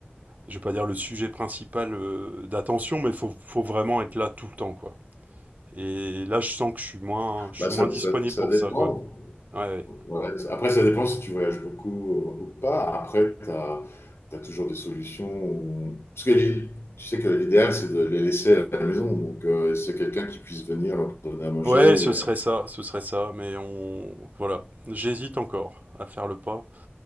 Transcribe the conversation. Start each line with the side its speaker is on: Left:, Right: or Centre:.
Right: je vais pas dire le sujet principal euh, d'attention, mais faut, faut vraiment être là tout le temps, quoi. Et là, je sens que je suis moins, je
Left: bah,
Right: suis
Left: ça,
Right: moins disponible
Left: ça, ça
Right: pour
Left: dépend.
Right: ça, quoi. Ouais, ouais.
Left: Ouais, après, ça dépend si tu voyages beaucoup euh, ou pas. Après, tu as, toujours des solutions. où- Parce que l'i- tu sais que l'idéal, c'est de les laisser à la maison. Donc, euh, c'est quelqu'un qui puisse venir leur donner à manger.
Right: Ouais,
Left: et-
Right: ce serait ça, ce serait ça, mais on, voilà, j'hésite encore à faire le pas.